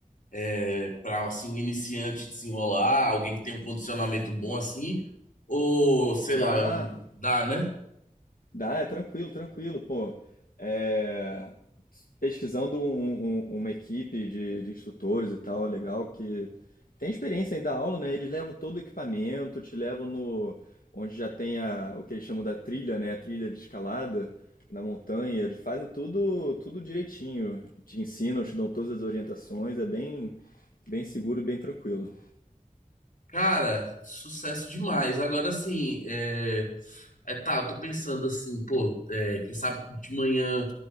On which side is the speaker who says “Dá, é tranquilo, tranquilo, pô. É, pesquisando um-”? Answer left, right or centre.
Left